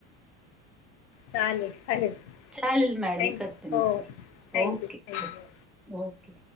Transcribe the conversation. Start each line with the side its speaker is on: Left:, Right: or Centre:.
Left: चालेल चालेल.
Centre: चालेल मॅडम
Left: थ
Centre: करते मी
Left: हो
Centre: परत.
Left: Thank
Centre: okay,
Left: Thank you.
Centre: Okay. okay.